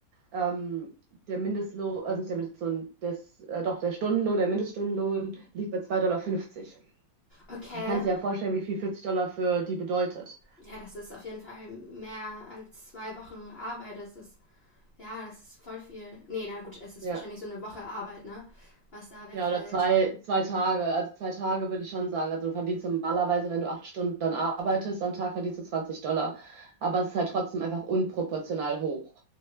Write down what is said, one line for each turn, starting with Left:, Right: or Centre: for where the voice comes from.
Right: ähm, der Mindestlohn, also nicht der Mindestlohn, das, äh, doch der Stundenlohn, der Mindeststundenlohn liegt bei 2,50 Dollar.
Left: Okay.
Right: Dann kannst du dir ja vorstellen, wie viel 40 Dollar für die bedeutet.
Left: Ja, das ist auf jeden Fall mehr als zwei Wochen Arbeit. Das ist, ja, das ist voll viel. Nee, na gut, es ist
Right: Ja.
Left: wahrscheinlich so eine Woche Arbeit, ne? Was da wegfällt.
Right: Ja, oder zwei, zwei Tage. Also zwei Tage würde ich schon sagen. Also du verdienst normalerweise, wenn du acht Stunden dann arbeitest, am Tag verdienst du 20 Dollar. Aber es ist halt trotzdem einfach unproportional hoch.